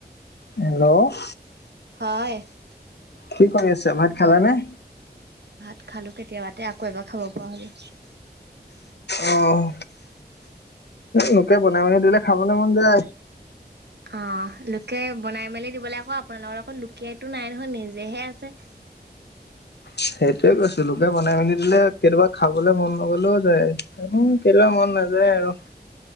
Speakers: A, on the left; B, on the right.
A: হেল্ল'
B: হয়।
A: কি কৰি আছে ভাত খালে নে?
B: ভাত খালো কেতিয়াবাতে আকৌ এবাৰ খাব পৰা হ'লো।
A: আহ' লোকে বনাই বনাই দিলে খাবলে মন যায়।
B: অ' লোকে বনাই মেলি দিবলৈ আকৌ আপোনালোকৰ আকৌ লুকিয়টো নাই নহয় নিজেহে আছে। <inaudible>
A: সেইটোয়ে কৈছো লোকে বনাই মেলি দিলে কেতিয়াবা খাবলৈ মন নগ'লেও যায় কেতিয়াবা মন। নাযায় আৰু